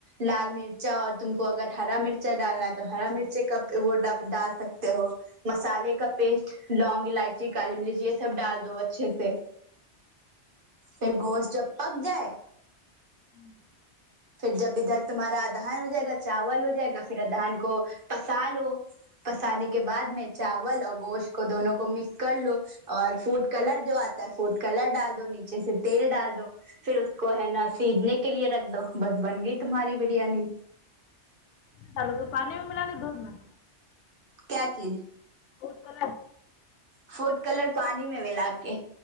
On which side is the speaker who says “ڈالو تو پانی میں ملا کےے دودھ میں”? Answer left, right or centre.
Left